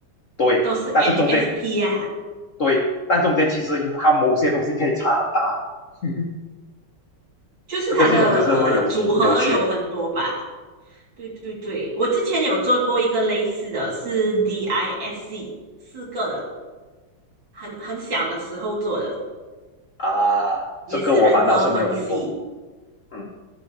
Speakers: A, on the left; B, on the right.
A: 对，
B: 都是 NFP
A: 但是中间
B: 啊，
A: 对，但中间其实它某些东西可以差很大的，<laughs>
B: 就是它的呃组合有很多吧。
A: 这个系统就是那么有趣有趣
B: 对对对，我之前有做过一个类似的，是 DISC 四个的，很很小的时候做的，
A: 啊，呃这个我反倒是没有听过，
B: 也是人格分析。
A: 嗯，